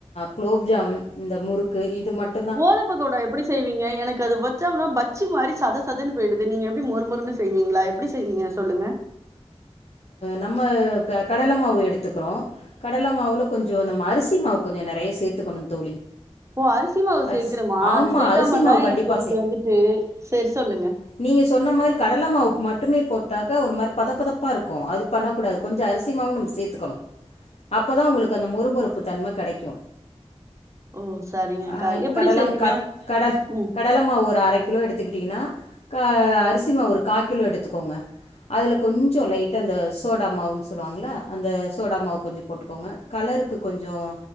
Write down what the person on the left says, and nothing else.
குலோப்ஜாம் இந்த முறுக்கு இது மட்டும்
நம்ம க கடலை மாவு எடுத்துக்கிறோம் கடலை மாவுல கொஞ்சம் நம்ம அரிசி மாவு கொஞ்சம் நெறைய சேர்த்துக்கணும் தோழி
அரிசி
ஆமாம்
அரிசி மாவு
கண்டிப்பாக
நீங்க சொன்ன மாரி கடலை மாவு மட்டுமே போட்டாக்க மரு பதப்பதப்பா இருக்கும் அது பண்ண கூடாது கொஞ்சம் அரிசி மாவும் நம்ம சேர்த்துக்கணும் அப்போதான் உங்களுக்கு அந்த மொரு மொருப்பு தன்மை கிடைக்கும்
ஆ இ
கடலம்
க கடல் கட
கடலை மாவு ஒரு அரை கிலோ எடுத்துக்கிட்டிங்கன்னா அரிசி மாவு ஒரு கால் கிலோ எடுத்துக்கோங்க அதில் கொஞ்சம் லைட்டா அந்த சோடா மாவுன்னு சொல்லுவாங்களா அந்த சோடா மாவு கொஞ்சம் போட்டுக்கோங்க கலருக்கு கொஞ்சம்